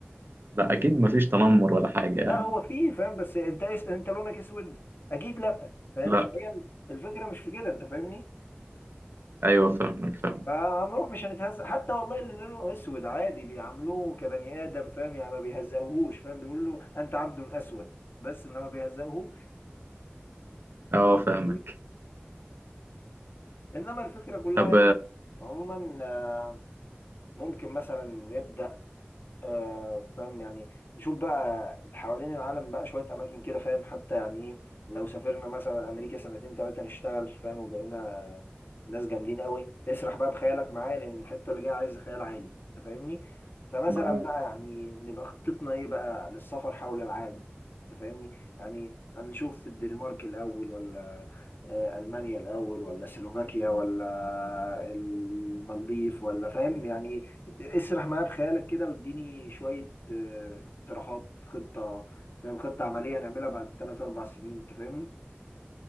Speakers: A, on the right; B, on the left.
A: لا اكيد مفيش تنمر ولا حاجه يعني
B: لا هو فيه فاهم بس أنت أنت لونك أسود أكيد لا فاهم
A: لا
B: فهي الفكرة مش في كده أنت فاهمني
A: ايوه فاهمك فاهمك
B: فعمروف مش هنتهزق حتى والله اللي لونه اسود عادي بيعاملوه كبني ادم فاهم يعني ما بيهزقوهوش فاهم بيقول له انت عبد اسود بس انما ما بيهزقوهوش
A: اه فاهمك
B: فاهمني انما الفكره كلها
A: طب
B: يعني
A: آه،
B: عموما آه، ممكن مثلا نبدا آه، فاهم يعني نشوف بقى حوالين العالم بقى شوية أماكن كده فاهم حتى يعني إيه لو سافرنا مثلا أمريكا سنتين تلاتة نشتغل فاهم وبقينا ناس جامدين قوي اسرح بقى بخيالك معايا لأن الحتة اللي جاية عايزة خيال عالي أنت فاهمني فمثلا
A: معاك
B: بقى يعني نبقى خطتنا إيه بقى للسفر حول العالم أنت فاهمني يعني هنشوف الدنمارك الأول ولا آه، ألمانيا الأول ولا سلوفاكيا ولا المالديف ولا فاهم يعني إيه اسرح معايا بخيالك كده واديني شوية آه، اقتراحات خطة فاهم خطة عملية نعملها بعد ثلاث أربع سنين أنت فاهمني؟